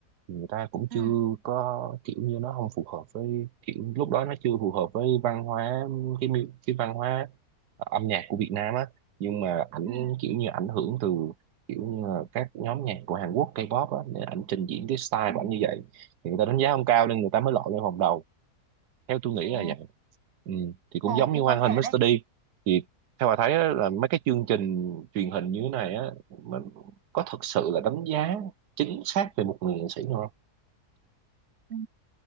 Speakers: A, on the right (about 85°); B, on the right (about 50°).
A: người ta cũng chưa
B: ừ
A: có kiểu như nó không phù hợp với kiểu lúc đó nó chưa phù hợp với văn hóa cái mi- cái văn hóa âm nhạc của Việt Nam á nhưng mà ảnh
B: ừ
A: kiểu như ảnh hưởng từ kiểu như là các nhóm nhạc của Hàn Quốc K-pop á nên ảnh trình diễn cái style
B: ừ.
A: của ảnh như vậy thì người ta đánh giá không cao nên người ta mới lọt lên vòng đầu theo tôi nghĩ
B: ồ
A: là vậy ừ. thì cũng
B: ồ
A: giống như
B: cũng
A: Hoàng
B: có thể
A: Hình Mr.
B: đấy
A: D thì theo bà thấy á, là mấy cái chương trình truyền hình như thế này á mình có thực sự là đánh giá chính xác về một người nghệ sĩ không
B: Ừ.